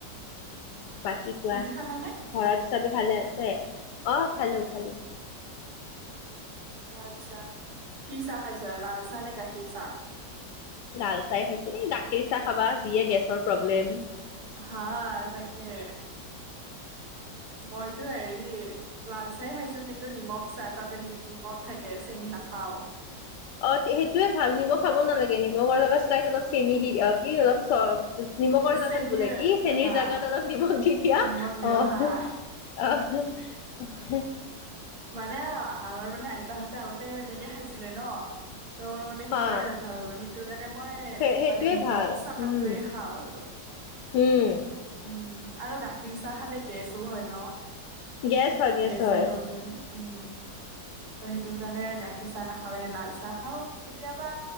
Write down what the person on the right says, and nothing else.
তুমি খালানে?
আচ্চা, কি চাহ খাইছা, লাল চাহ নে গাখীৰ চাহ?
হা <unintelligible> মইতো হেৰি লাল চাহ খাইছো কিন্তু, নিমখ চাহ তাতে নিমখ থাকে চেনি নাখাও।
চেনি
হা
নিমখ দিওঁ
হা
মানে, আমাৰ মানে আইতাহঁতে আগত তে এনেকে খাইছিলে ন। ত আমাৰ মানে
সেইটোৱে আৰু ভাল মানে সেইটো কাৰণে, মই
মানে নিমখ
চাহটোৱে
খাওঁ আৰু।
উম আৰু গাখীৰ চাহ খালে গেছো হয় ন।
গেছৰ
প্ৰব্লেম উম তো সেইটোৰ কাৰণে গাখীৰ চাহ নাখাওেই, লাল চাহ খাও, কেতিয়াবা